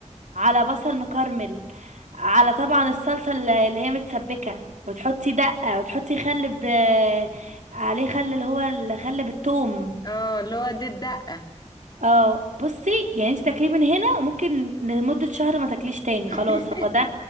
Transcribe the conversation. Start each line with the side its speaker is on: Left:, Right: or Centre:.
Right: على بصل مكرمل على طبعا الصلصة اللي اللي هي متسبكة وتحطي دقة وتحطي خل ب... عليه خل اللي هو الخل بالثوم
Left: اه اللي هو دي الدقة
Right: اه بصي يعني انت تاكليه من هنا وممكن لمدة شهر ما تاكليش تاني
Left: <laughs>
Right: خلاص هو ده